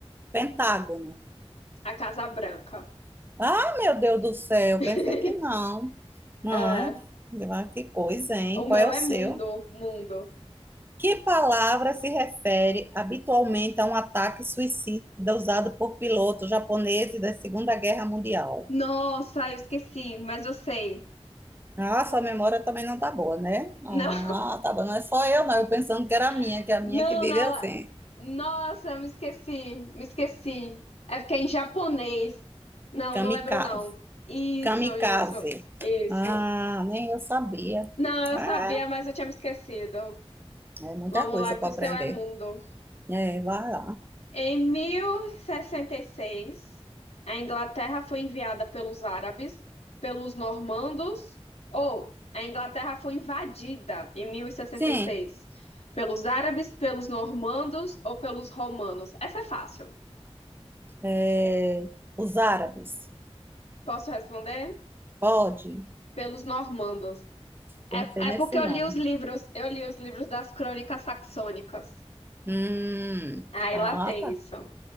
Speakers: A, on the right (about 20°); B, on the left (about 75°).
A: pentágono.
B: a Casa Branca.
A: Ah, meu Deus do céu,
B: <laughs>
A: pensei que não. Mas,
B: É,
A: ah, que coisa, hein?
B: o meu
A: Qual é
B: é
A: o seu?
B: mundo, mundo.
A: Que palavra se refere habitualmente a um ataque suicida usado por pilotos japoneses da Segunda Guerra Mundial?
B: Nossa, eu esqueci, mas eu sei.
A: Ah, sua memória também não tá boa, né? Ah,
B: Não,
A: tá bom, não é só eu, não. Eu pensando que era a minha,
B: <laughs>
A: que é a minha
B: não,
A: que vive
B: não.
A: assim.
B: Nossa, eu me esqueci, me esqueci. É porque é em japonês. Não,
A: Kamikaze.
B: não lembro não. Isso,
A: Kamikaze.
B: isso, isso.
A: Ah, nem eu sabia.
B: Não, eu
A: É,
B: sabia, mas eu tinha me esquecido.
A: é muita
B: Vamos
A: coisa
B: lá,
A: para
B: que o seu
A: aprender.
B: é mundo.
A: É, vai lá.
B: Em 1066, a Inglaterra foi enviada pelos árabes, pelos normandos, ou a Inglaterra foi invadida em 1066
A: Sim.
B: pelos árabes, pelos normandos ou pelos romanos. Essa é fácil.
A: É, os árabes.
B: Posso responder?
A: Pode?
B: Pelos normandos.
A: Pensei
B: É,
A: nesse
B: é porque eu
A: nome.
B: li os livros, eu li os livros das crônicas saxônicas.
A: Hum,
B: Aí
A: ah,
B: lá tem
A: tá.
B: isso.